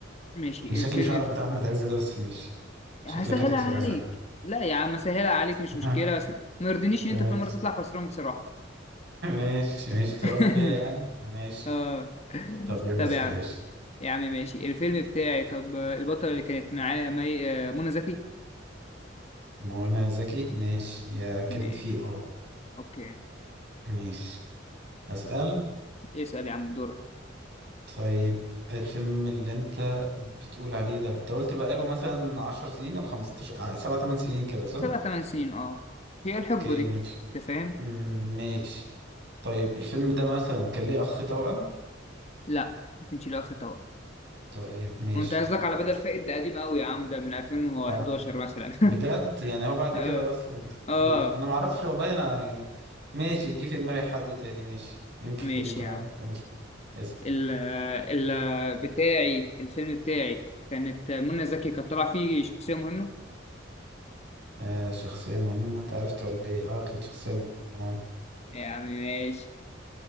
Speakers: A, on the left (about 35°); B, on the right (about 60°).
A: ماشي
B: أنا شكلي
A: الفيلم
B: مش عارف
A: ب-
B: بتاع أحمد عز ده بس ماشي شكلك
A: هسهلها
B: هتكسب
A: عليك
B: يا معلم.
A: لا يا عم هسهلها عليك
B: <laughs>
A: مش مشكلة بس ما يرضينيش ان
B: ماشي
A: انت كل مرة تطلع خسران بصراحة
B: ماشي ماشي
A: <laughs>
B: تراب بيا يعني ماشي
A: اه
B: طب يلا
A: طب
B: اسأل
A: يا عم
B: يا باشا
A: يا عم ماشي الفيلم بتاعي طب البطلة اللي كانت معاه مي... آه، منى زكي
B: منى زكي ماشي يا كانت
A: ماشي
B: فيه اه
A: اوكي
B: ماشي أسأل
A: اسأل يا عم دورك
B: طيب الفيلم اللي انت بتقول عليه ده انت قلت بقاله مثلا عشر سنين ولا خمستاشر ع- سبعة تمن سنين كده صح؟
A: سبع تمن سنين اه هي الحقبة
B: اوكي
A: دي
B: ماشي
A: انت فاهم؟
B: مم، ماشي طيب الفيلم ده مثلا كان ليه أخ توأم؟
A: لا ما كانش له اخر طبعا
B: طيب ماشي
A: وانت قصدك على بدل
B: بس.
A: فائد ده قديم قوي يا عم ده من 2011
B: آه.
A: مثلا <laughs>
B: بجد يعني هو بعد
A: اه
B: كده أصلا بكتير
A: اه
B: أنا معرفش والله أنا يعني ماشي جه في دماغي حد تاني ماشي يمكن
A: ماشي
B: يكون
A: يا
B: هو
A: عم
B: ماشي. اسأل
A: ال ال بتاعي الفيلم بتاعي كانت منى زكي كانت طالعة فيه شخصية مهمة
B: آه شخصية مهمة أنت عرفت ولا إيه؟ أه كانت شخصية مهمة
A: يا عم ماشي